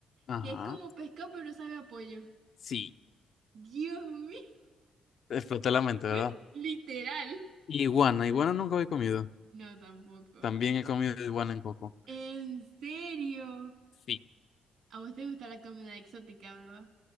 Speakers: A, on the left; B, on the right.
A: ajá,
B: que es como pescado, pero sabe a pollo.
A: sí,
B: Dios mío.
A: exploté la
B: <laughs>
A: mente, ¿verdad?
B: Literal.
A: Iguana, iguana nunca había comido.
B: No, tampoco.
A: También he comido iguana en coco.
B: ¿En serio?
A: Sí,
B: A vos te gusta la comida exótica, ¿verdad?